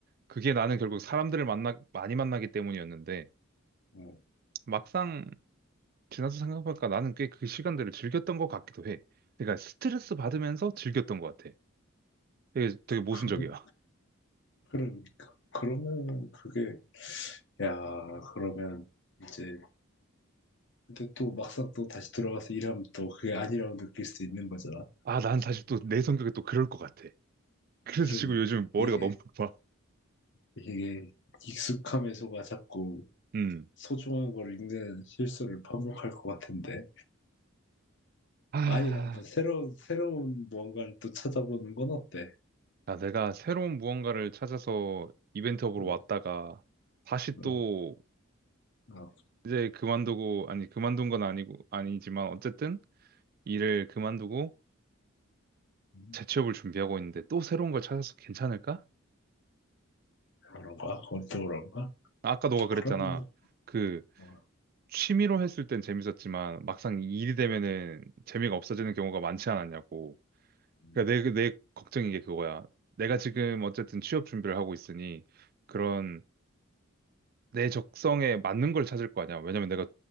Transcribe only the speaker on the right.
그게 나는 결국 사람들을 만나 많이 만나기 때문이었는데
막상 지나서 생각해보니까 나는 꽤 그 시간들을 즐겼던 것 같기도 해. 그러니까 스트레스 받으면서 즐겼던 것 같아. 되게, 되게 모순적이야.
아, 난 사실 또 내 성격이 또 그럴 것 같아. 그래서
지금 요즘 머리가
너무 아파.
음.
아,
아, 내가 새로운 무언가를 찾아서 이벤트업으로
왔다가 다시
또
이제 그만두고, 아니, 그만둔 건 아니고, 아니지만 어쨌든 일을 그만두고
재취업을 준비하고 있는데 또 새로운 걸 찾아서 괜찮을까?
아까 너가 그랬잖아.
그
취미로 했을 땐 재밌었지만 막상 일이 되면은 재미가 없어지는 경우가 많지 않았냐고.
그러니까 내, 내 걱정인 게 그거야. 내가 지금 어쨌든 취업 준비를 하고 있으니 그런 내 적성에 맞는 걸 찾을 거 아니야. 왜냐면 내가